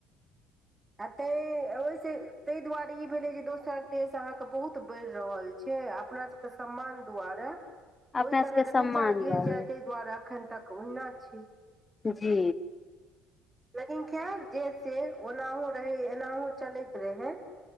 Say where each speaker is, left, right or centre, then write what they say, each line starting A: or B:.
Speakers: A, on the right; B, on the left.
A: आ तांय ओहिसँ ताहि दुआरे ई भेलै जे दोसर देश अहाँके बहुत बढ़ि रहल छै से अपना सबके सम्मान दुआरे
B: अपना
A: ओहि तरह
B: सबके सम्मान
A: के नीचा
B: दुआरे
A: गिर जाय ताहि दुआरे एखन तक <unintelligible> छी
B: जी
A: लेकिन खैर जे से ओनाहु रहै एनाहु चलैत रहै